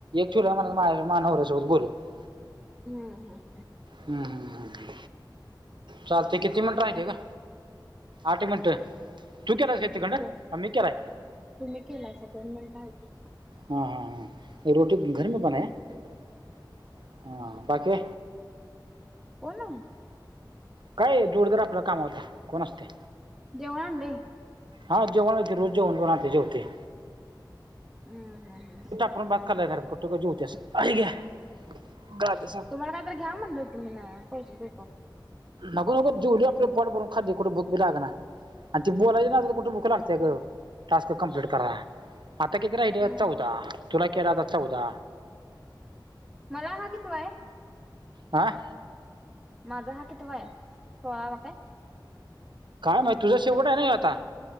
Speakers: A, on the right (about 75°); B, in the centre.
A: तुला म्हणयाचं माझ्या म्या नवऱ्यासोबत बोलत होती.
B: हम्म हम्म हम्म.
A: हम्म हम्म हम्म चालते किती मिनिटं राहिले ग? आठ मिनिटं? तू केलाय का तिकंड, का
B: द
A: मी केलाय?
B: तुम्ही केलासा दोन मिनिटं हायती.
A: हा हा हा, <unintelligible> हा बाकी?
B: कोण
A: काय जोडीदार आपलं कामाचा, कोण असते?
B: जेवण आणलंय?
A: हां जेवण हो ते रोज जेवण बनवून आणते जेवते.
B: हम्म हम्म हम्म.
A: आपण <unintelligible>
B: तुम्हाला कायतरी घ्या म्हटलं होतं मी ना पैसे देतो.
A: नको नको जोडीला आपलं पोट भरून खातोय कुठं भूक बी लागणा. आणि ती बोलायची नादात कुठं भुक लागते ग टास्क कम्प्लीट कराया. आता किती राहिलेत
B: हम्म
A: चौदा? तुला केला आता चौदा.
B: मला हा कितवाय?
A: आह?
B: माझा हा कितवा आहे सोळावा काय
A: काय माहीत तुझा शेवट आहे ना ह्यो आता